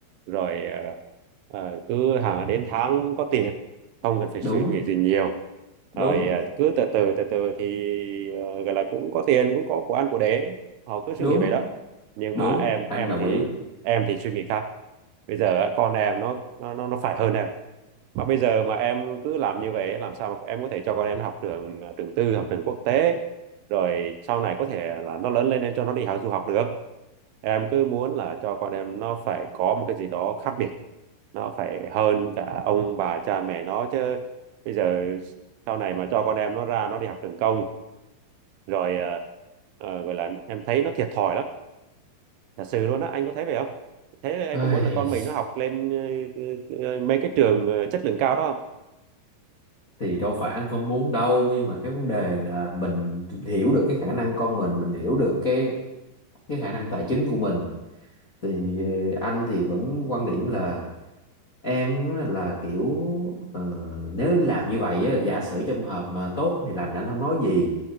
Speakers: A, on the right; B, on the left.
A: rồi ờ, ờ, cứ hàng đến tháng có tiền không cần phải
B: đúng,
A: suy nghĩ gì nhiều
B: đúng,
A: rồi ờ, cứ từ từ từ từ thì ờ, gọi là cũng có tiền cũng có của ăn của để họ cứ suy
B: đúng,
A: nghĩ vậy đó nhưng
B: đúng,
A: mà em
B: anh
A: em
B: đồng
A: thì
B: ý.
A: em thì suy nghĩ khác bây giờ á, con em nó nó nó nó phải hơn em mà bây giờ mà em cứ làm như vậy làm sao mà em có thể cho con em nó học trường à, trường tư học trường quốc tế rồi sau này có thể là nó lớn lên em cho nó đi học du học được em cứ muốn là cho con em nó phải có một cái gì đó khác biệt nó phải hơn cả ông bà cha mẹ nó chứ bây giờ sau này mà cho con em nó ra nó đi học trường công rồi ờ, ờ, gọi là em thấy nó thiệt thòi lắm thật sự luôn á anh có thấy vậy không thế anh có
B: Ai,
A: muốn là con mình nó học lên ờ, ờ, ờ, mấy cái trường ờ, chất lượng cao đó không
B: thì đâu phải anh không muốn đâu, nhưng mà cái vấn đề là mình hiểu được cái khả năng con mình, mình hiểu được cái cái khả năng tài chính của mình thì ờ, anh thì vẫn quan điểm là em á, là kiểu ờ, nếu làm như vậy á, giả sử trong trường hợp mà tốt thì lành anh không nói gì